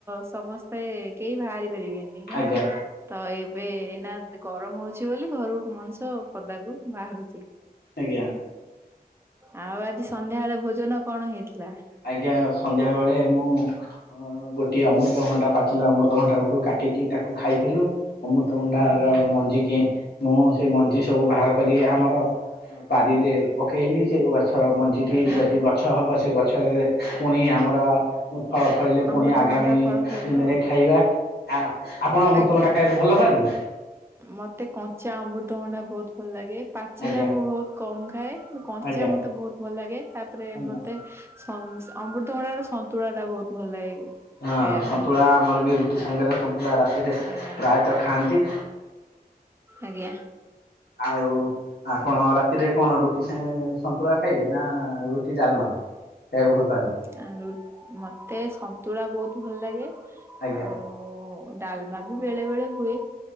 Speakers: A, on the right; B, on the left.
A: ସମସ୍ତେ କେହି ବାହାରି ପାରିବେନି। ନି ନା
B: ଆଜ୍ଞା
A: ତ ଏବେ ନା ଗରମ ହଉଛି ବୋଲି ଘରୁ ମଣିଷ ତ ପଦାକୁ ବାହାରୁଚି।
B: ଆଜ୍ଞା।
A: ଆଉ ଆଜି ସନ୍ଧ୍ୟାବେଳେ ଭୋଜନ କଣ ହେଇଥିଲା?
B: ଆଜ୍ଞା ସନ୍ଧ୍ୟାବେଳେ ମୁଁ ଅ ଗୋଟିଏ ଅମୃତଭଣ୍ଡା ପାଚିଲା ଅମୃତଭଣ୍ଡାକୁ କାଟିକି ତାକୁ ଖାଇଥିଲୁ। ଅମୃତଭଣ୍ଡା
A: ଆଜ୍ଞା
B: ର ମଞ୍ଜିିକି ମୁଁ ସେ ମଞ୍ଜି ସବୁ ବାହାର କରି ଆମର ବାରିରେ ପକେଇଲି ସେ ଗଛର ମ ଞ୍ଜି ଟିି
A: ଆଜ୍ଞା
B: ଯଦି ଗଛ ହବ ସେ ଗଛରେ ପୁଣି ଆମର ଉ ଫଳ ଫଳିଲେ ପୁଣି
A: ଅମୃତଭଣ୍ଡା
B: ଆଗାମୀ
A: ଫଳ ଫଳିବ
B: ଦିନେରେ ଖାଇବା। ଆ ଆପଣ ଅମୃତଭଣ୍ଡା
A: ଆଜ୍ଞା।
B: ଖାଇ କୁ ଭଲ ପାଆନ୍ତି।
A: ମତେ କଞ୍ଚା ଅମୃତଭଣ୍ଡା ବହୁତ ଭଲ ଲାଗେ ପାଚିଲା
B: ଆଜ୍ଞା
A: ମୁଁ ବହୁତ କମ ଖାଏ। କିନ୍ତୁ କଞ୍ଚା
B: ଆଜ୍ଞା
A: ମତେ ବହୁତ ଭଲ ଲାଗେ ତାପରେ
B: ଆଜ୍ଞା।
A: ମତେ ସମ୍ସ ଅମୃତଭଣ୍ଡା ର ସନ୍ତୁଳା ଟା ବହୁତ ଭଲ ଲାଗେ।
B: ହଁ
A: ଖାଇବା
B: ସନ୍ତୁଳା
A: ପାଇଁ
B: ଆମର ବି ରୁଟି ସାଙ୍ଗେରେ ସନ୍ତୁଳା ରାତିରେ
A: ଆଜ୍ଞା
B: ପ୍ରାୟ ତ ଖାଆନ୍ତି।
A: ଆଜ୍ଞା।
B: ଆଉ ଆପଣ ରାତିରେ କଣ ରୁଟି ସାଙ୍ଗେରେ ସନ୍ତୁଳା ଖାଇବେ ନା ରୁଟି ଡାଲମା? ଖାଇବାକୁ ଭଲ ପାଆନ୍ତି?
A: ଆଳୁ ମତେ ସନ୍ତୁଳା ବହୁତ ଭଲ ଲାଗେ
B: ଆଜ୍ଞା
A: ଆଉ ଡାଲମା ବି ବେଳେବେଳେ ହୁଏ।